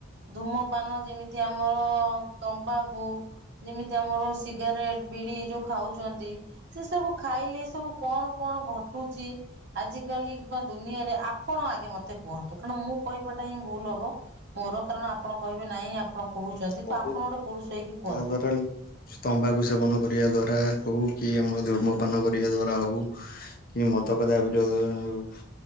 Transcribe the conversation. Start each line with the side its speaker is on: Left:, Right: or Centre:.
Right: ଧୂମ ପାନ ଯେମିତି ଆମର ତମ୍ବାକୁ ଯେମିତି ଆମର ସିଗାରେଟ ବିଡି ଯୋଉ ଖାଉଚନ୍ତି ସେ ସବୁ ଖାଇଲେ ସବୁ କଣ କଣ ଘଟୁଚି ଆଜିକାଲି କା ଦୁନିଆରେ ଆ କଣ ଆଗେ ମତେ କୁହନ୍ତୁ କାରଣ ମୁଁ କହିବାଟା ହିଁ ଭୁଲ ହବ ମୋର କାରଣ ଆପ୍ ଆପଣ କହିବେ ନାଇଁ ଆପଣ କହୁଛନ୍ତି
Left: ବହୁତ
Right: ତ ଆପଣ ଗୋଟେ ପୁରୁଷ ହେଇକି
Left: <unintelligible>
Right: କୁହନ୍ତୁ।
Left: ତମ୍ବାକୁ ସେବନ କରିବା ଦ୍ଵାରା ହୋଉ କି ଆମର ଧୂର୍ମପାନ କରିବା ଦ୍ଵାରା ହୋଉ କି <unintelligible>